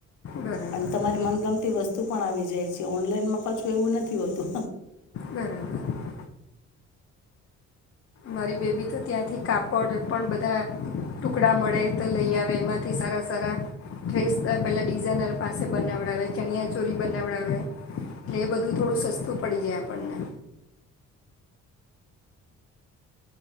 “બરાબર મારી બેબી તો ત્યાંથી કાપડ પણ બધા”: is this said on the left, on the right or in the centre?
Left